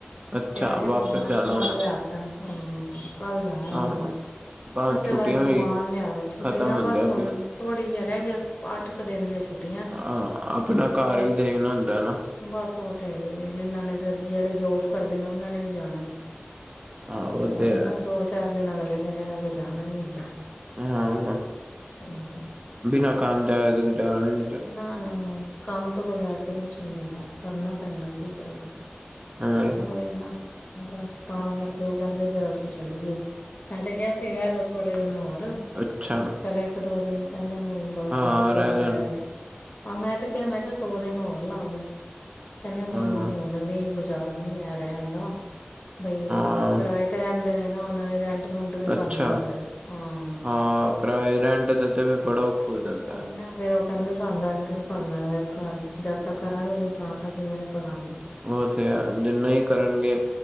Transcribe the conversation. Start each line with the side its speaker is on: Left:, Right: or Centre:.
Right: ਅੱਛਾ
Left: ਤੇ ਅਜ
Right: ਵਾਪਿਸ
Left: ਸਮਾਨ-
Right: ਜਾਣਾ
Left: ਸਮੂਨ
Right: ਹੋਇਆ,
Left: ਲਿਆ ਤਾ ਹੂੰ ਕਲ ਜਾਣਾ ਇਹਨਾਂ
Right: ਹਾਂ
Left: ਨੇ।
Right: ਆਪਾਂ ਹੁਣ
Left: ਮੈਂ ਕਿਹਾ
Right: ਛੁੱਟੀਆਂ
Left: ਚਲ ਅਜ ਸਮਾਨ
Right: ਵੀ
Left: ਲਿਆਣਾ ਚ ਛੁੱਟੀਆਂ
Right: ਖ਼ਤਮ ਹੁੰਦੀਆਂ
Left: ਬਸ ਹੁਣ
Right: ਪਈਆਂ
Left: ਥੋੜੀ ਜਿਹਾ ਰਹਿ ਗਿਆ ਅੱਠ ਕੁ ਦਿਨ ਦੀਆਂ ਛੁੱਟੀਆਂ ਨੇ।
Right: ਹਾਂ ਆਪਣਾ ਘਰ
Left: ਬਸ
Right: ਵੀ ਦੇਖਣਾ ਹੁੰਦਾ ਨਾ।
Left: ਬਸ ਉਹ ਤੇ ਹੈ ਹੀ ਹੈ ਜਿੰਹਨਾਂ ਨੇ ਫੇਰ ਜਿਹੜੇ ਜੋਬ ਕਰਦੇ ਨੇ ਉਹਨਾਂ ਨੇ ਵੀ ਜਾਣਾ।
Right: ਹਾਂ ਉਹ
Left: ਉਹਹੀ
Right: ਤੇ ਹੈ
Left: ਨਾ ਦੋ ਚਾਰ ਦਿਨ ਅਗਲਿਆਂ ਨੇ ਰਹਿ ਕੇ ਜਾਣਾ ਹੀ ਹੁੰਦਾ।
Right: ਹਾਂ।
Left: ਹਾ।
Right: ਬਿਨਾਂ ਕੰਮ ਜਾਆ ਤੇ ਗੁਜ਼ਾਰਾ ਵੀ ਨੀ।
Left: ਨਾ- ਨਾ ਕੰਮ ਤੋਂ ਬਗ਼ੈਰ ਤੇ ਕੁਛ ਹੀ ਨਹੀਂ ਹੈ, ਕਰਨਾ ਪੈਂਦਾ ਕੀ ਕਰੇ ਬੰਦਾ।
Right: ਹੋਰ ਸਬ।
Left: ਉਹੀ ਨਾ ਬਸ ਤਾਂ ਕਰਕੇ ਉਹ ਕਹਿੰਦੇ ਫੇਰ ਅਸੀਂ ਚਲੀਏ। ਮੈਂ ਤੇ ਕਿਹਾ ਸੀ ਰਹਿ ਲਓ ਥੋੜੇ ਦਿਨ ਹੋਰ।
Right: ਅੱਛਾ।
Left: ਚਲ ਇੱਕ ਦੋ ਦਿਨ ਕਹਿੰਦੇ ਨਹੀਂ ਬਸ
Right: ਹਾਂ
Left: ਬਥੇਰਾ ਰਹਿ
Right: ਲੈਣ
Left: ਲਿਆ। ਹਾਂ ਮੈਂ ਤੇ ਕਿਹਾ ਮੈਂ ਕਿਹਾ ਇਕ- ਦੋ ਦਿਨ ਹੋਰ ਲਾ ਲੋੋ ਕਹਿੰਦੇ ਨਹੀਂ
Right: ਹਾਂ
Left: ਹੁਣ ਨੀ ਗੁਜ਼ਾਰਾ ਨੀ ਹੈ ਰਹਿਣ ਦਾ, ਬਈ
Right: ਹਾਂ
Left: ਕਿਰਾਏ ਤੇ ਰਹਿੰਦੇ ਨੇ ਨਾ ਉਹਨਾਂ ਨੇ ਰਹਿਣ ਰੈੰਟ- ਰੁੰਟ ਵੀ
Right: ਅੱਛਾ
Left: ਭਰਨਾ ਹੁੰਦਾ ਹਾਂ।
Right: ਹਾਂ ਕਿਰਾਏ ਰੈਂਟ ਤੇ ਫੇਰ ਤੇ ਵੀ ਬੜਾ ਹੋ ਜਾਂਦਾ
Left: ਹੋਈ
Right: ਹੈ।
Left: ਨਾ ਫੇਰ ਕਹਿੰਦੇ ਸਾਨੂੰ ਰੈਂਟ ਵੀ ਭਰਨਾ ਵੇ ਘਰ, ਜਦ ਤੱਕ ਕਰਾਂਗੇ ਤਾਂ ਤੱਕ ਕਿਵੇਂ ਭਰਾਗੇ।
Right: ਉਹ ਤੇ ਹੈ ਜਿੰਨਾ ਹੀ ਕਰਨਗੇ